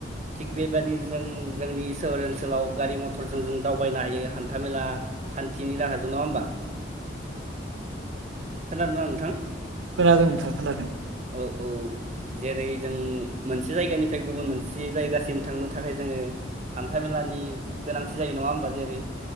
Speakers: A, on the right (about 35°); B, on the right (about 90°).
A: थिग बेबादिनो जों जोंनि सोहोर ओनसोलाव गारि मथरजों जों दावबायनो हायो हान्थामेला खान्थिनि राहाजों नङा होमबा? खोनादोंना नोंथां?
B: खोनादों नोंथां खोनादों।
A: औ औ जेरै जों मोनसे जायगानिफ्राय गुबुन मोनसे जायगासिम थांनो थाखाय जोङो हान्था मेलानि गोनांथि जायो नङा होमबा? जेरै